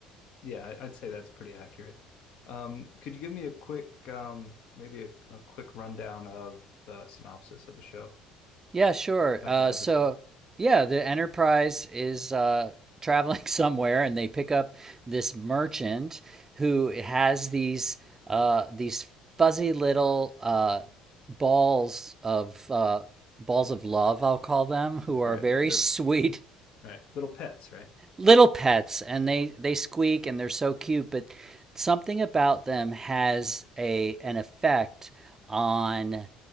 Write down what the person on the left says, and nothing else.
Yeah, I- I'd say that's pretty accurate. Um, could you give me a quick, um, maybe a, a quick rundown of the synopsis of the show,
of
the episode?
All
right,
they're
Right. little pets, right?